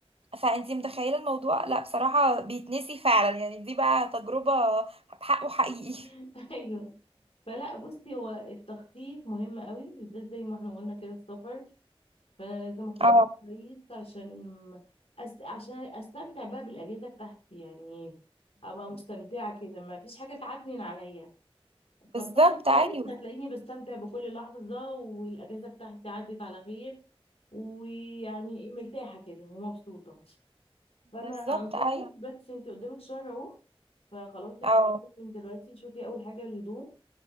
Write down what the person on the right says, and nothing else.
فانتي متخيله الموضوع لا بصراحه بيتنسي فعلا يعني دي بقى تجربه بحقه حقيقي
اه
بالظبط
ايوه
بالظبط
ايوه
اه